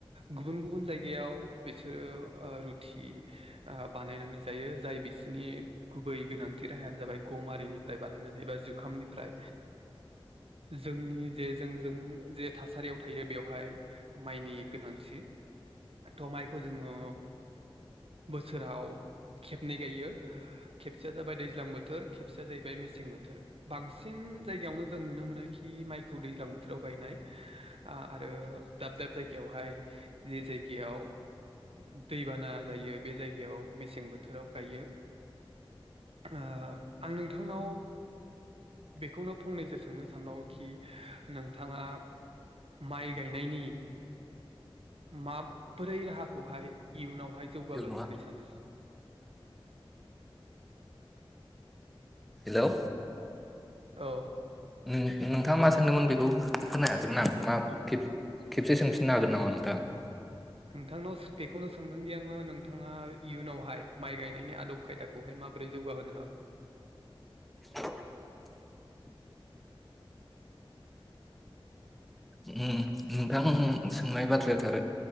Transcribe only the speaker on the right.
गुबुन गुबुन जायगायाव बिसोरो ओ रुथि बानायनानै जायो जाय बिसिनि गुबै गोनांथि राहायानो जाबाय गमारिनिफ्राय बानायनानै बा जुखामनिफ्राय जोंनि जे जोंजों जे थासारियाव थायो बेवहाय माइनि गोनांथि थ' माइखौ ओ जोङो बोसोराव खेबनै गायो खेबसेया जाबाय दैज्लां बोथोर खेब सेया जाहैबाय मेसें बोथोर बांसिन जायगायावनो जों नुनो मोनो खि माइखौ दैज्लां बोथोराव गायनाय आरो दाब दाब जायगायावहाय जे जायगायाव दैबाना जायो बे जायगायाव मेसें बोथोराव गायो आं नोंथांनाव बेखौनो फंनैसो सोंनो सानबावोखि नोंथाङा माइ गायनायनि माबोरै राहाखौहाय इयुनावहाय जौगागोन
होननानै सानो
औ
नोंथांनाव बेखौनो सोंदोंदि आङो नों नोंथाङा इयुनावहाय माइ गायनायनि आदब खायदाखौहाय माबोरै जौगाहोनो हागोन